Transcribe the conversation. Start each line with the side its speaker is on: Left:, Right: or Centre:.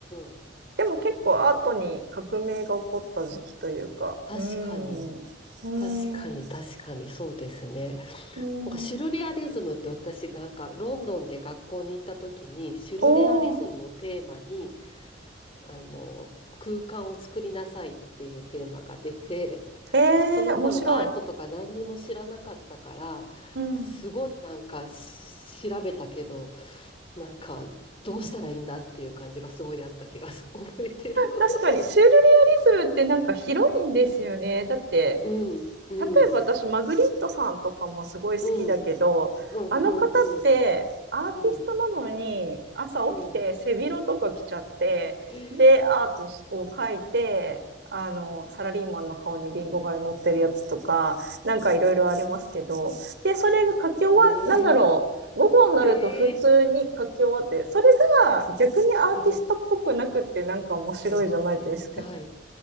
Left: んうん。
Right: でも結構アートに革命が起こった時期というか、
Left: 確かに。確かに。
Right: うーん、うーん、
Left: 確かに確かにそうですね。
Right: うーん。
Left: なんかシュルレアリズムって私なんかロンドンで学校に行った時にシュルレアリズムをテーマに
Right: おー、
Left: あの、空間を作りなさいっていうテーマが出て、
Right: えー、
Left: <laughs> その頃アートとか何にも知らなかったから、
Right: 面白い。うん。
Left: すごいなんかし調べたけど、なんかどうしたらいいんだっていう感じがすごいあった気が覚えてる。<laughs>
Right: 確かに、シュールレアリズムってなんか広いんですよね。だって、
Left: うん、うん、
Right: 例えば私、マグリットさんとかもすごい好きだけど、
Left: うん、うん、うん、
Right: あの方ってアーティストなのに朝起きて背広とか着ちゃって、
Left: うん、うん。うんへ
Right: で、アートを描いて、あの、サラリーマンの顔にリンゴが乗ってるやつとか、なんかいろいろありますけど、で、それが書き終わ、
Left: え、
Right: なんだろう、午後になると普通に書き終わって、
Left: へえ、
Right: それが逆にアーティストっぽくなくってなんか面白いじゃないですか。
Left: うん。ぜ絶対。